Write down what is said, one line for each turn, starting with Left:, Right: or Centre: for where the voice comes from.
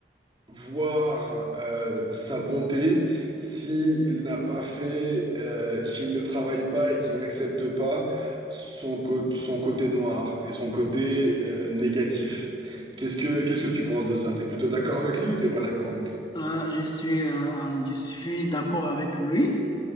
Right: voir euh, sa bonté, si il n'a pas fait, euh, s'il ne travaille pas et qu'il n'accepte pas son, cô- son côté noir et son côté euh, négatif. Qu'est-ce que, qu'est-ce que tu penses de ça? T'es plutôt d'accord avec lui ou t'es pas d'accord avec lui?
Left: Euh, je suis, euh, je suis d'accord avec lui